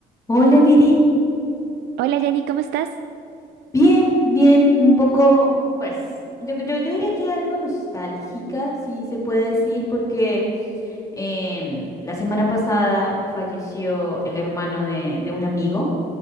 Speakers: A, on the left; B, on the right.
A: Hola Viri,
B: Hola Jenny, ¿cómo estás?
A: bien, bien, un poco, pues, yo, yo, yo diría que algo nostálgica, si se puede decir, porque em, la semana pasada falleció el hermano de, de un amigo,